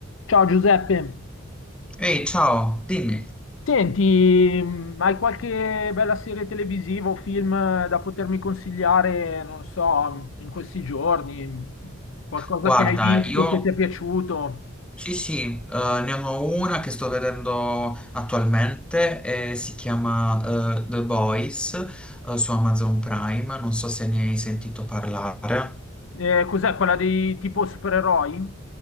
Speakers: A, on the left (about 70°); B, in the centre.
A: Ciao Giuseppe,
B: Ehi, ciao, dimmi.
A: senti, mh, hai qualche bella serie televisiva o film eh, da potermi consigliare, non so, mm, in questi giorni? Mh, Qualcosa
B: Guarda,
A: che hai visto
B: io
A: che ti è piaciuto?
B: sì, sì, eh, ne ho una che sto vedendo attualmente e si chiama eh, The Boys eh, su Amazon Prime. Non so se ne hai sentito parlare.
A: Eh, cos'è quella dei tipo supereroi?